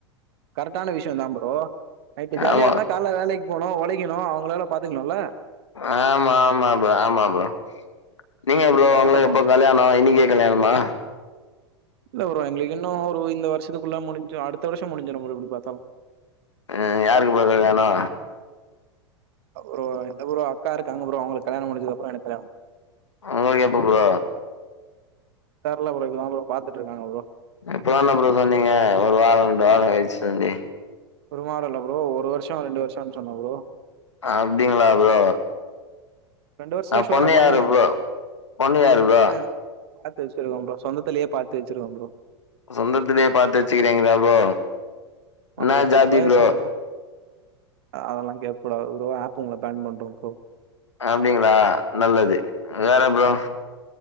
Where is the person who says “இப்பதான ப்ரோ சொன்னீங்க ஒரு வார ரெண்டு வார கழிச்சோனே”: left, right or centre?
Left